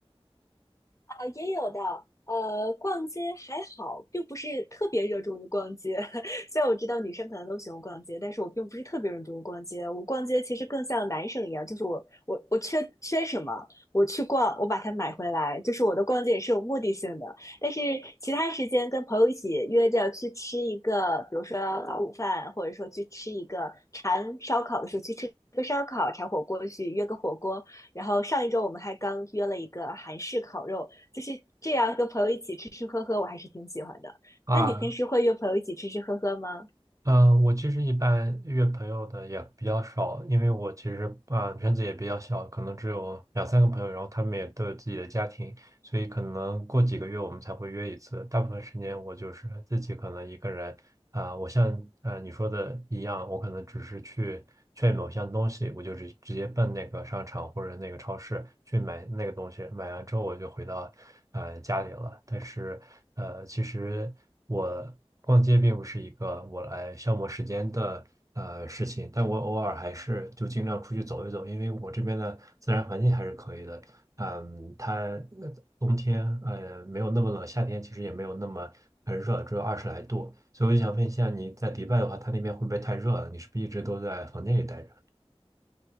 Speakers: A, on the left; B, on the right.
A: 啊，也有的。呃，逛街还好，并不是特别热衷于逛街。<laughs> 虽然我知道女生可能都喜欢逛街，但是我并不是特别热衷于逛街。我逛街其实更像男生一样，就是我我我缺缺什么，我去逛，我把它买回来。就是我的逛街也是有目的性的。但是其他时间跟朋友一起约着去吃一个，比如说早午饭，或者说去吃一个馋烧烤的时候去吃个烧烤，馋火锅去约个火锅。然后上一周我们还刚约了一个韩式烤肉。就是这样跟朋友一起吃吃喝喝，我还是挺喜欢的。
B: 啊，
A: 那你平时会约朋友一起吃吃喝喝吗？
B: 嗯，呃我其实一般约朋友的也比较少，因为我其实啊、圈子也比较小，可能只有两三个朋友，然后他们也都有自己的家庭，所以可能过几个月我们才会约一次。大部分时间我就是自己可能一个人，啊、我像呃你说的一样，我可能只是去劝某项东西，我就直直接奔那个商场或者那个超市去买那个东西，买完之后我就回到呃家里了。但是呃，其实我逛街并不是一个我来消磨时间的。呃事情，但我偶尔还是就尽量出去走一走，因为我这边的自然环境还是可以的。嗯，它呃冬天呃没有那么冷，夏天其实也没有那么很热，只有二十来度。所以我就想问一下，你在迪拜的话，它那边会不会太热了？你是不是一直都在房间里待着？